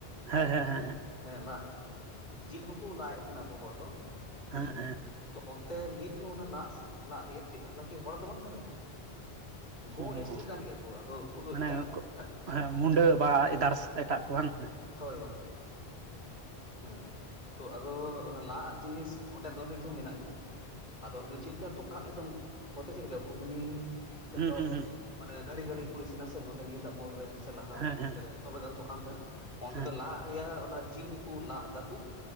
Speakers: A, on the right; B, on the left.
A: ᱦᱮᱸ ᱦᱮᱸ ᱦᱮᱸ ᱦᱮᱸ ᱾
B: ᱦᱮᱸ ᱞᱟᱜ ᱡᱤᱞ ᱦᱚᱸᱠᱚ ᱞᱟᱜ ᱮᱫ ᱛᱟᱦᱮᱸᱱᱟ ᱟᱵᱩ ᱦᱚᱲ ᱫᱚ
A: ᱦᱮᱸ
B: ᱾
A: ᱦᱮᱸ
B: ᱛᱚ ᱚᱱᱛᱮ ᱱᱤᱛ ᱦᱚᱸ ᱚᱱᱟ ᱞᱟᱜ ᱞᱟᱜ ᱨᱤᱭᱟᱜ, ᱫᱤᱱ ᱦᱟᱞᱟᱠᱤ ᱦᱚᱲ ᱫᱚ ᱵᱟᱝ ᱠᱟᱱᱟ ᱠᱚ ᱾ ᱩᱱᱠᱳ
A: ᱦᱮᱸ
B: ᱦᱚᱸ ᱮᱥᱴᱤ ᱠᱟᱱ ᱜᱮᱭᱟ ᱠᱚ, ᱟᱫᱚ ᱩᱱᱠᱩ ᱫᱚ
A: ᱢᱟᱱᱮ
B: ᱮᱴᱟᱜ
A: ᱦᱮᱸ
B: ᱮᱴᱟᱜ
A: ᱢᱩᱰᱟᱹ
B: ᱮᱴᱟᱜ ᱴᱟᱜ
A: ᱵᱟ ᱮᱫᱟᱨᱥ ᱮᱴᱟᱜ ᱠᱚ ᱵᱟᱝ
B: ᱦᱳᱭ ᱦᱳᱭ ᱦᱳᱭ ᱾ ᱦᱮᱸ ᱛᱚ ᱟᱫᱚ ᱚᱱᱟ ᱞᱟᱜ ᱟᱜ ᱡᱤᱱᱤᱥ ᱚᱸᱰᱮ ᱱᱤᱛ ᱦᱚᱸ ᱢᱤᱱᱟᱜ ᱜᱮᱭᱟ ᱾ ᱟᱫᱚ ᱚᱸᱰᱮ ᱫᱚ ᱪᱤᱫ ᱞᱮᱠᱟ ᱫᱚᱠᱟᱜ ᱮᱠᱫᱚᱢ ᱱᱚᱛᱮ ᱪᱮᱫ ᱞᱮᱠᱟ ᱜᱷᱩᱜᱽᱱᱤ ᱥᱮ
A: ᱦᱩᱸ
B: ᱪᱚᱯ
A: ᱦᱩᱸ ᱦᱩᱸ
B: ᱢᱟᱱᱮ ᱜᱷᱟᱹᱲᱤ ᱜᱷᱟᱹᱲᱤ ᱠᱚ ᱤᱥᱤᱱᱟ ᱥᱮ ᱱᱚᱸᱰᱮ ᱱᱤᱭᱟᱹᱴᱟᱜ ᱢᱳᱲ ᱨᱮ ᱾ ᱥᱮ ᱞᱟᱦᱟᱨᱮ
A: ᱦᱮᱸ
B: ᱦᱟᱱᱛᱮ
A: ᱦᱮᱸ
B: ᱨᱮ ᱫᱚᱢᱮ ᱜᱟᱱ ᱫᱚᱠᱟᱱ ᱛᱟᱦᱮᱱᱟ ᱚᱱᱛᱮ
A: ᱦᱮᱸ
B: ᱫᱚ ᱞᱟᱜᱼᱟᱜ ᱨᱤᱭᱟᱜ ᱚᱱᱟ ᱡᱤᱞ ᱠᱩ ᱞᱟᱜ ᱫᱟᱠᱩ